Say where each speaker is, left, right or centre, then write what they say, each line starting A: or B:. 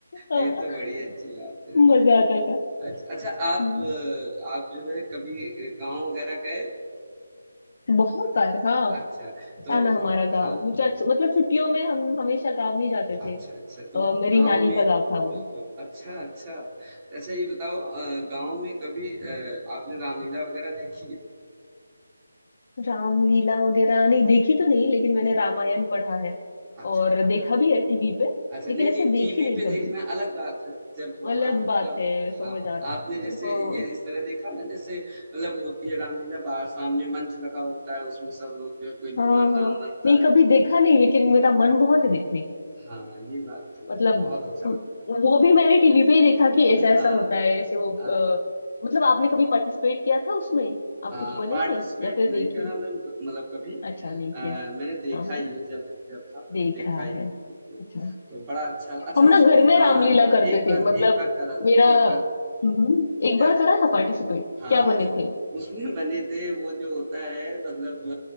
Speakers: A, on the left; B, on the right.
A: हाँ,
B: ये तो बड़ी अच्छी बात है
A: मजा आता था
B: अच्छा अच्छा आप
A: हम्म,
B: अ, आप जो है कभी गांव वगैरह गए हो
A: बहुत बार हाँ
B: अच्छा तो
A: था ना हमारा गांव
B: हाँ
A: मुझे अच्छा- मतलब छुट्टियों में हम हमेशा गांव में ही जाते
B: अच्छा
A: थे
B: अच्छा तो
A: अ, मेरी
B: गांव
A: नानी
B: में
A: का गांव था वो
B: बिल्कुल अच्छा अच्छा अच्छा ये बताओ अ, गांव में कभी अ, आपने रामलीला वगैरह देखी है
A: रामलीला वगैरह नहीं देखी तो नहीं लेकिन मैंने रामायण पढ़ा है
B: अच्छा
A: और
B: रामलीला
A: देखा
B: तो
A: भी है टीवी पे
B: अच्छा,
A: लेकिन
B: नहीं-नहीं
A: ऐसे देखी
B: टीवी
A: नहीं
B: पे देखना
A: कभी
B: अलग बात है, जब वहाँ
A: अलग
B: मतलब
A: बात है समझ
B: हाँ,
A: आ रहा
B: आपने
A: है
B: जैसे
A: हाँ।
B: ये इस तरह देखा ना जैसे मतलब होती है रामलीला बाहर सामने मंच लगा होता है, उसमें सब लोग जो है कोई
A: हाँ
B: भगवान
A: हाँ
B: राम बनता
A: नहीं कभी
B: है, कोई
A: देखा नहीं लेकिन मेरा मन बहुत है देखने का
B: हाँ, ये बात तो
A: मतलब
B: है, बहुत अच्छा लगता
A: वो भी मैंने टीवी पे ही देखा कि ऐसा
B: है।
A: ऐसा
B: हाँ।
A: होता है ऐसे वो
B: अ,
A: अ, मतलब आपने कभी पार्टिसिपेट किया था उसमें आप
B: अ,
A: कुछ बने
B: पार्टिसिपेट
A: थे या फिर
B: तो नहीं
A: देखिए
B: करा मैम मतलब कभी
A: अच्छा नहीं किया
B: अ, मैंने देखा
A: हाँ हाँ
B: ही है जब जब था तब
A: देखा
B: देखा ही है
A: है
B: बिल्कुल,
A: अच्छा
B: तो बड़ा अच्छा अच्छा
A: हम ना
B: उसमें
A: घर
B: हाँ,
A: में रामलीला
B: हाँ,
A: करते
B: एक
A: थे
B: बार
A: मतलब
B: एक बार करा था,
A: मेरा
B: एक बार करा था,
A: हम्म, एक बार
B: याद
A: करा
B: आया
A: था पार्टिसिपेट
B: हाँ,
A: क्या बने
B: वो
A: थे
B: उसमें बने थे वो जो होता है मतलब